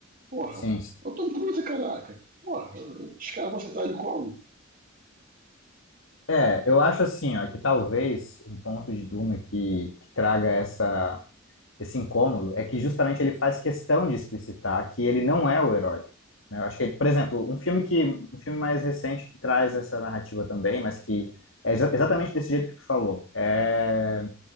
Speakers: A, on the right (about 45°); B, on the left (about 70°).
A: Porra,
B: sim, sim.
A: é o Tom Cruise, caraca. Porra, os caras vão aceitar ele como?
B: É, eu acho assim, ó, que talvez um ponto de Duna que, que traga essa, esse incômodo é que justamente ele faz questão de explicitar que ele não é o herói. né? Eu acho que, por exemplo, um filme que, um filme mais recente que traz essa narrativa também, mas que é exa- exatamente desse jeito que tu falou, é